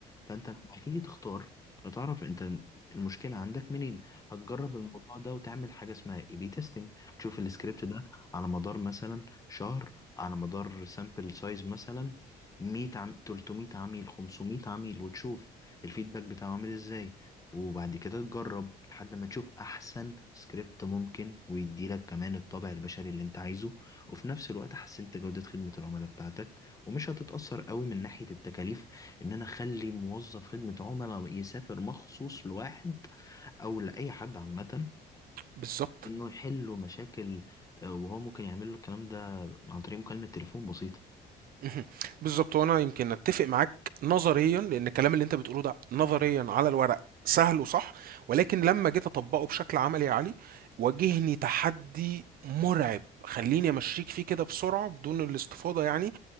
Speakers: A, on the left; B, on the right.
A: فأنت لما هتيجي تختار هتعرف أنت المشكلة عندك منين هتجرب الموضوع ده وتعمل حاجة اسمها اي بي تيستنج تشوف السكريبت ده على مدار مثلا شهر على مدار سامبل سايز مثلا 100 عم... 300 عميل 500 عميل وتشوف الفيدباك بتاعه عامل ازاي وبعد كده تجرب لحد ما تشوف احسن سكريبت ممكن ويديلك كمان الطابع البشري اللي انت عايزه وفي نفس الوقت حسنت جودة خدمة العملاء بتاعتك ومش هتتأثر قوي من ناحية التكاليف ان انا اخلي موظف خدمة عملاء يسافر مخصوص لواحد او لاي حد عامة
B: بالظبط
A: انه يحل له مشاكل آه، وهو ممكن يعمل له الكلام ده عن طريق مكالمة تليفون بسيطة
B: <laughs> بالظبط وانا يمكن اتفق معاك نظريا لان الكلام اللي انت بتقوله ده نظريا على الورق سهل وصح ولكن لما جيت اطبقه بشكل عملي يا علي واجهني تحدي مرعب خليني امشيك فيه كده بسرعه بدون الاستفاضه يعني